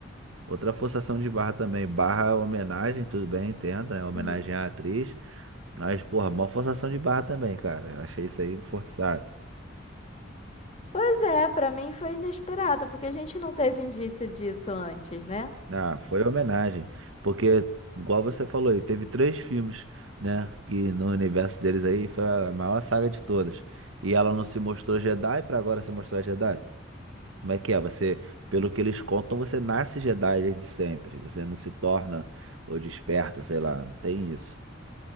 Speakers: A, on the right; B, on the left.
A: Outra forçação de barra também. Barra é homenagem, tudo bem, entendo, né? Homenagem
B: Isso.
A: à atriz. Mas, porra, mó forçação de barra também, cara. Eu achei isso aí forçado.
B: Pois é, pra mim foi inesperado, porque a gente não teve indício disso antes, né?
A: Ah, foi homenagem. Porque, igual você falou aí, teve três filmes, né? Que no universo deles aí foi a maior saga de todas. E ela não se mostrou Jedi pra agora se mostrar Jedi? Como é que é? Você, pelo que eles contam, você nasce Jedi desde sempre. Você não se torna ou desperta, sei lá, não tem isso.